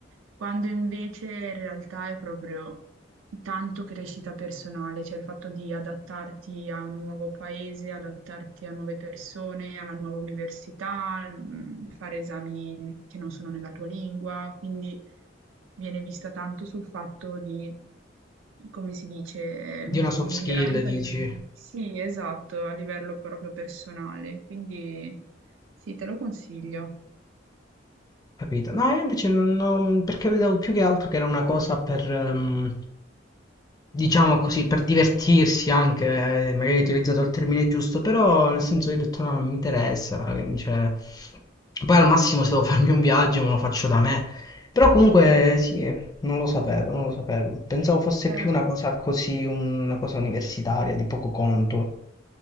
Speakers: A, on the right (about 85°); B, on the left (about 20°).
A: quando invece in realtà è proprio tanto crescita personale, cioè il fatto di adattarti a un nuovo paese, adattarti a nuove persone, alla nuova università, mm, fare esami che non sono nella tua lingua, quindi viene vista tanto sul fatto di come si dice, m-
B: Di una soft
A: miglioramento
B: skill, dici?
A: a livello, sì, esatto, a livello proprio personale. Quindi sì, te lo consiglio.
B: Capito? No, io invece non ho- perché vedevo più che altro che era una cosa per, ehm, diciamo così, per divertirsi anche, eh, magari hai utilizzato il termine giusto, però nel senso io ho detto no, non mi interessa, che- cioè... Poi al massimo se devo farmi un viaggio me lo faccio da me, però comunque
A: Eh,
B: sì, non lo sapevo, non lo sapevo, pensavo fosse
A: certo.
B: più una cosa così, una cosa universitaria, di poco conto,